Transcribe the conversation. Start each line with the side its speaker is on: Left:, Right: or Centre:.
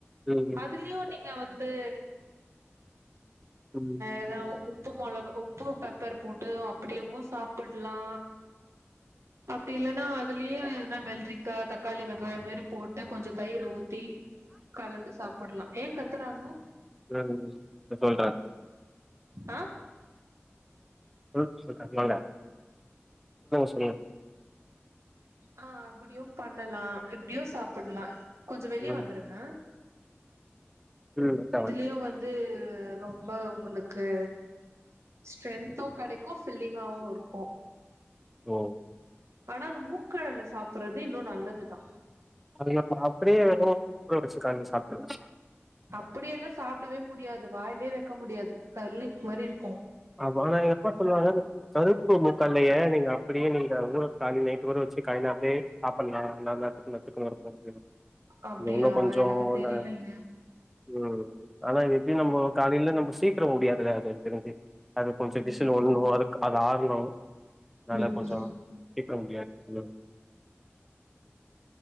Centre: ம் ம்
Right: அதுலியு நீ நீங்க வந்து
Centre: ம்
Right: ஏதாவ உப்பு மொள உப்பு பெப்பர் போட்டது அப்டியேவு சாப்புலா அப்டி இல்லன்னா அதுலயே எதுனா வெள்ரிக்கா தக்காளி வெங்காய் மாரி போட்டு கொஞ்சோ தயிரு ஊத்தி கலந்து சாப்ட்லா ஏ கத்துறாங்க
Centre: ம் ம் இப்ப சொல்றே
Right: ஆ
Centre: <unintelligible> சொல்லுங்க சொல்லுங்க
Right: ஆ அப்டியு பண்ணலா இப்டியு சாப்ட்டலா கொஞ்ச வெளியே
Centre: ம்
Right: வந்துருங்க
Centre: ம் வன்ட்டே
Right: இதுலயு
Centre: வன்ட்டே
Right: வந்து ரொம்ப உங்களுக்கு ஸ்ட்ரென்த்தும் கெடைக்கு ஃபில்லிங்காவு இருக்கு
Centre: ஓ
Right: ஆனா அந்த மூக்கடல சாப்ட்றது இன்னு நல்லதுதா
Centre: அது நம்ம அப்டியேவோ ஊற வச்சு கால்ல சாப்ட்டலா
Right: அப்டியல்லா சாப்படவே முடியாது வாயிலயே வெக்க முடியாது கல்லுக் மாரி இருக்கு
Centre: அப்ப ஆனா எங்க அம்மா சொல்லுவாங்க நீங்க அந்த கருப்பு முக்கால்லயே நீங்க அப்டியே நீங்க ஊற கால்ல நைட்டு கூட வச்சு காலையில அப்டியே சாப்டலா ந <unintelligible> இருக்கு
Right: அப்டியா
Centre: அது இன்னு கொஞ்சோ
Right: எனக்கு தெரிலங்க
Centre: ந ம் ஆன இது எப்டி நம்ம காலையில நம்ம சீக்கிர முடியாதுல அது எனக்கு தெரிஞ்சு அது கொஞ்சோ
Right: ம்
Centre: விசில் உட்ணு அதுக்கு அது ஆற்ணு அதனால
Right: ம்
Centre: கொஞ்சோ சீக்கிரோ முடியாது ம்